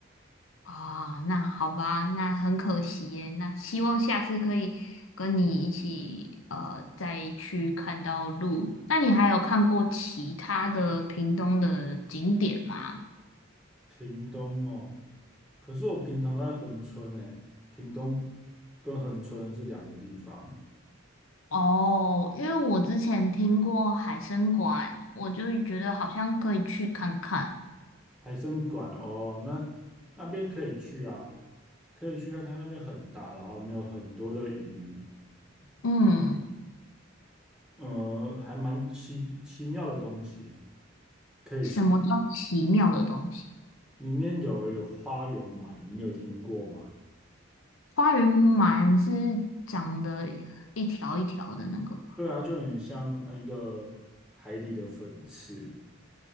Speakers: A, on the left; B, in the centre.
A: 啊，那好吧，那很可惜耶。那希望下次可以跟你一起呃再去看到鹿。那你还有看过其他的屏东的景点吗？
B: 屏东哦，可是我平常在恒春诶，屏东跟恒春是两个地方。
A: 哦，因为我之前听过海参馆，我就觉得好像可以去看看。
B: 海参馆哦，那那边可以去啊，可以去看看，那边很大，然后没有很多的鱼，
A: 嗯，
B: 呃，还蛮奇奇妙的东西可以去。
A: 什么叫奇妙的东西？
B: 里面有有花园鳗，你有听过吗？
A: 花园满是长得一条一条的那个吗？
B: 对啊，就很像那个海底的粉刺，